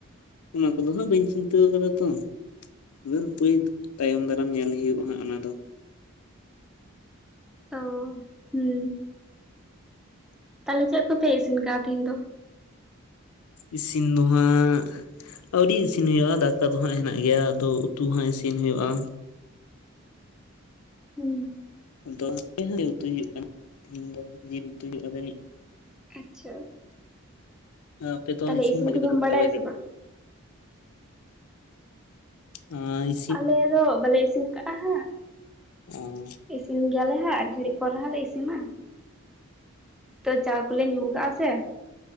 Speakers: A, on the left; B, in the centre.
A: ᱚᱱᱟ ᱠᱚᱫᱚ ᱦᱟᱸᱜ ᱵᱟᱹᱧ ᱪᱤᱱᱛᱟᱹᱣ ᱠᱟᱫᱟ ᱛᱚ ᱟᱫᱚᱯᱟᱹᱭ ᱛᱟᱭᱚᱢ ᱫᱟᱨᱟᱢ ᱧᱮᱞ ᱦᱩᱭᱩᱜᱼᱟ ᱦᱟᱸᱜ ᱚᱱᱟ ᱫᱚ
B: ᱚ ᱦᱩᱸ ᱛᱟᱦᱚᱞᱮ ᱪᱮᱫ ᱠᱚᱯᱮ ᱤᱥᱤᱱ ᱠᱟᱜᱼᱟ ᱛᱤᱦᱤᱧ ᱫᱚ
A: ᱤᱥᱤᱱ ᱫᱚ ᱦᱟᱸᱜ ᱟᱹᱣᱨᱤ ᱤᱥᱤᱱ ᱦᱩᱭᱩᱜᱼᱟ ᱫᱟᱠᱟ ᱫᱚ ᱦᱟᱸᱜ ᱦᱮᱱᱟᱜ ᱜᱮᱭᱟ ᱟᱫᱚ ᱩᱛᱩ ᱦᱟᱸᱜ ᱤᱥᱤᱱ ᱦᱳᱭᱳᱜᱼᱟ
B: ᱦᱩᱸ
A: ᱟᱫᱚ <unintelligible> ᱩᱛᱩᱭ ᱦᱩᱭᱩᱜ ᱠᱟᱱᱟ ᱛᱤᱦᱤᱧ ᱫᱚ ᱡᱤᱞ ᱩᱛᱩᱭ ᱦᱩᱭᱩᱜᱼᱟ ᱡᱟᱹᱱᱤᱡ
B: ᱟᱪᱪᱷᱟ
A: ᱟᱯᱮ ᱫᱚ
B: ᱛᱟᱦᱞᱮ
A: ᱤᱥᱤᱱ ᱵᱟᱲᱟ
B: ᱠᱚᱫᱚᱢ
A: ᱠᱮᱫᱟᱯᱮ ᱥᱮ
B: ᱵᱟᱰᱟᱭᱟ
A: ᱟᱹᱣᱨᱤ
B: ᱵᱟᱝ
A: <unintelligible>
B: ᱟᱞᱮ ᱫᱚ ᱵᱟᱞᱮ ᱤᱥᱤᱱ ᱠᱟᱜᱼᱟ ᱦᱟᱸᱜ
A: ᱩᱸ
B: ᱤᱥᱤᱱ ᱜᱮᱭᱟᱞᱮ ᱦᱟᱸᱜ ᱟᱨ ᱜᱷᱟᱹᱲᱤᱡ ᱯᱚᱨᱮ ᱦᱟᱸᱜ ᱞᱮ ᱤᱥᱤᱱᱟ ᱛᱚ ᱪᱟᱣ ᱠᱚᱞᱮ ᱧᱩ ᱠᱟᱜᱼᱟ ᱥᱮ